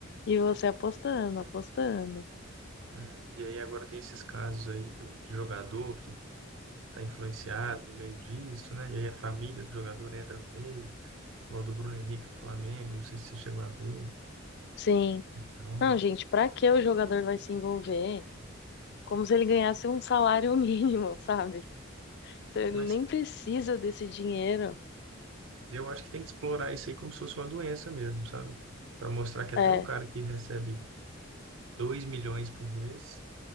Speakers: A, on the left (about 55°); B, on the right (about 70°).
A: e você apostando, apostando.
B: né? E aí agora tem esses casos aí do de jogador que está influenciado no meio disso, né? E aí a família do jogador entra no meio, igual do Bruno Henrique do Flamengo, não sei se você chegou a ver.
A: Sim.
B: Então,
A: Não, gente, pra que o jogador vai se envolver? como se ele ganhasse um salário <laughs> mínimo, sabe? Se ele
B: mas
A: nem precisa desse dinheiro.
B: eu acho que tem que explorar isso aí como se fosse uma doença mesmo, sabe? Para mostrar que até
A: É.
B: um cara que recebe 2 milhões por mês,